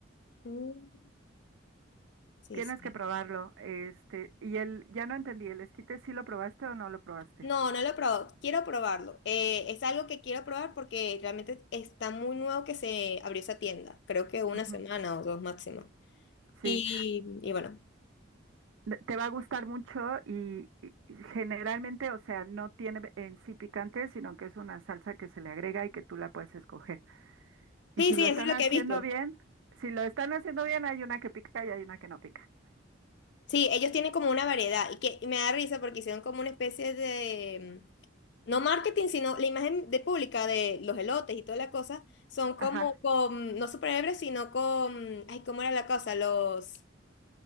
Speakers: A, on the left; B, on the right.
A: Mm, Sí,
B: Tienes
A: sí.
B: que probarlo. Este, y el, ya no entendí, ¿el esquite sí lo probaste o no lo probaste?
A: No, no lo he probado. Quiero probarlo. Eh, es algo que quiero probar porque realmente está muy nuevo que se abrió esa tienda. Creo que una
B: Ujú,
A: semana o dos máximo.
B: Sí.
A: Y, y bueno.
B: Te va a gustar mucho y y generalmente, o sea, no tiene en sí picante, sino que es una salsa que se le agrega y que tú la puedes escoger. Y
A: Sí,
B: si
A: sí,
B: lo
A: eso
B: están
A: es lo
B: haciendo
A: que he visto.
B: bien, si lo están haciendo bien, hay una que pica y hay una que no pica.
A: Sí, ellos tienen como una variedad y que y me da risa porque hicieron como una especie de, mm, no marketing, sino la imagen de pública de los elotes y toda la cosa, son como
B: Ajá.
A: con, no superhéroes, sino con, ay, ¿cómo era la cosa? Los,